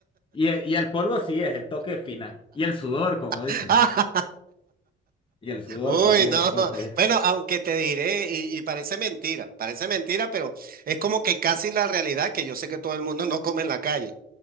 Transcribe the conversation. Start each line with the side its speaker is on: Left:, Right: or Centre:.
Left: y, y el polvo sí es el toque final. Y el sudor, como dicen.
Right: <laughs>
Left: Y el sudor
Right: Uy,
Left: también
Right: no.
Left: después, pues.
Right: Bueno, aunque te diré, y, y parece mentira, parece mentira, pero es como que casi la realidad, que yo sé que todo el mundo no come en la calle,